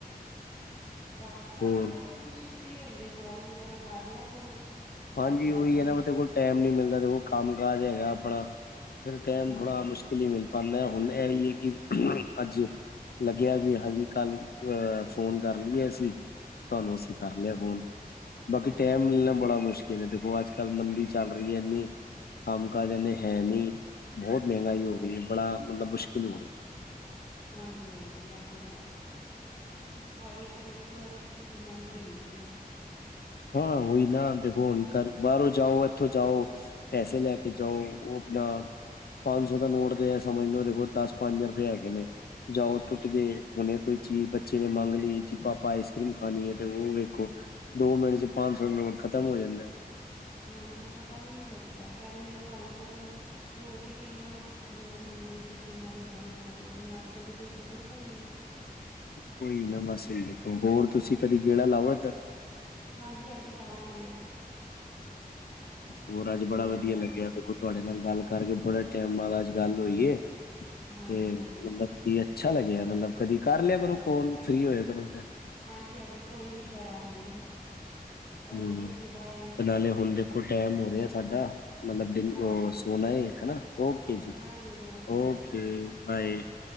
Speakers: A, on the left; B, on the left.
A: ਬਾਕੀ ਕਰ
B: ਹੋਰ
A: ਲਿਆ ਕਰ, ਤੁਸੀਂ ਫ੍ਰੀ ਹੁੰਦੇ, ਕੋਲ ਵਗੈਰਾ ਕਰ ਲਿਆ ਕਰੋ। ਟਾਈਮ
B: ਹਾਂਜੀ
A: ਕੱਢ
B: ਉਹੀ
A: ਕੇ
B: ਐ ਨਾ, ਦੇਖੋ ਟਾਈਮ ਨੀ ਮਿਲਦਾ ਦੇਖ ਕੰਮ ਕਾਜ ਹੈਗਾ ਆਪਣਾ। ਫਿਰ ਟਾਈਮ
A: ਹਾਂਜੀ
B: ਥੋੜਾ
A: ਹਾਂਜੀ
B: ਮੁਸ਼ਕਿਲ ਈ ਮਿਲ ਪਾਦਾ, ਹੁਣ ਇਹ ਹੀ ਹੈ ਕਿ ਅੱਜ ਲੱਗਿਆ ਵੀ ਹਾਂਜੀ, ਕੱਲ ਅਹ ਫੋਨ ਕਰ ਲਈਏ ਅਸੀਂ। ਤਾਨੂੰ ਅਸੀਂ ਕਰ ਲਿਆ ਫੋਨ, ਬਾਕੀ
A: ਹਾਂਜੀ
B: ਟੈਮ ਮਿਲਣਾ ਬੜਾ ਮੁਸ਼ ਦੇਖੋ ਅੱਜ- ਕੱਲ੍ਹ ਮੰਦੀ ਚੱਲ ਰਹੀ ਐ, ਇੰਨੀ ਕੰਮ- ਕਜ ਇਨੇ ਹੈ ਨਹੀਂ, ਬਹੁਤ ਮਹਿੰਗਾਈ ਹੋ ਗਈ ਐ, ਬੜਾ ਮਤਲਬ ਮੁਸ਼ਕਿਲ ਹੋ ਗਿਆ।
A: ਹਾਂਜੀ- ਹਾਂਜੀ ਇਹ ਤੇ ਹੈ। ਹਰ ਇੱਕ ਦੇਖ ਲਓ, ਹਰ ਇੱਕ ਚੀਜ਼ ਮਹਿੰਗੀ ਹੋਈਦੀ ਐ।
B: ਹਾਂ ਉਈ ਨਾ ਦੇਖੋ ਹੁਣ, ਕਰ ਬਾਹਰੋਂ ਜਾਓ ਇੱਥੋਂ ਜਾਓ ਪੈਸੇ ਲੈ ਕੇ ਜਾਓ, ਉਹ ਆਪਣਾ ਪੰਜ ਸੌ ਦਾ ਨੋਟ ਤੇ ਏ ਸਮਝ ਲਓ, ਦੇਖ ਲਓ ਦਸ ਪੰਜ ਰੁਪਏ ਹੈਗੇ ਨੇ ਜਾਓ ਟੁੱਟ ਗਏ ਹੁਨੇ ਕੋਈ ਚੀਜ਼ ਬੱਚੇ ਨੇ ਮੰਗ ਲਈ, ਜੀ ਪਾਪਾ ਆਈਸ ਕ੍ਰੀਮ ਖਾਣੀ ਹੈ, ਤੇ ਉਹ ਵੇਖੋ ਦੋ ਮਿੰਟ ਚ ਪੰਜ ਸੌ ਨੋਟ ਖਤਮ ਹੋ ਜਾਂਦਾ ਆ।
A: ਹਾਂਜੀ ਪਤਾ ਵੀ ਨਹੀਂ ਲੱਗਦਾ ਪਹਿਲੇ ਪੰਜ ਸੌ ਦਾ ਨੋਟ ਹੀ ਕਿੰਨਾ ਲੋਕ ਮੰਨਦੇ ਸੀ ਕਿੰਨਾ ਵੱਡਾ ਨੋਟ ਏ, ਹੁਣ ਅੱਜ ਕੱਲ ਤਾਂ ਕੋਈ ਸਮਝਦਾ ਹੀ ਨਹੀਂ
B: ਕੋਈ ਨਾ ਬਸ ਸਹੀ ਐ ਹੋਰ ਤੁਸੀਂ ਕਦੀ ਗੇੜਾ ਲਾਓ ਇਧਰ
A: ਹਾਂਜੀ- ਹਾਂਜੀ ਆਵਾਂਗੇ।
B: ਹੋਰ ਅੱਜ ਬੜਾ
A: ਕੋਈ
B: ਵਧੀਆ
A: ਗੱਲ
B: ਲੱਗਿਆ,
A: ਨਹੀਂ
B: ਦੇਖੋ ਤੁਹਾਡੇ ਨਾਲ ਗੱਲ ਕਰਕੇ ਬੜੇ ਟਾਈਮ ਬਾਅਦ ਅੱਜ ਗੱਲ ਹੋਈ ਏ।
A: ਹਾਂਜੀ
B: ਤੇ
A: ਹਾਂਜੀ
B: ਮਤਲਬ ਕੀ ਅੱਛਾ ਲੱਗਿਆ ਮਤਲਬ ਕਦੀ ਕਰ ਲਿਆ ਕਰੋ ਕੋਲ ਫ੍ਰਰੀ ਹੋਇਆ ਕਰੋ ਤੇ
A: ਹਾਂਜੀ- ਹਾਂਜੀ ਕੋਈ ਨੀ ਕਰਾਂਗੇ।
B: ਹੂੰ
A: ਓਕੇ ਜੀ ਬਾਏ
B: ਨਾਲੇ ਹੁਣ ਦੇਖੋ ਟੈਮ ਹੋ ਰਿਹਾ ਸਾਡਾ ਮਤਲਬ ਦਿਨ
A: ਹਾਂਜੀ ਹਾਂਜੀ
B: ਸੋਣਾ ਏ, ਹਨਾ ਓਕੇ ਜੀ
A: ਹਾਂਜੀ ਹਾਂਜੀ ਜੀ
B: ਓਕੇ ਬਾਏ।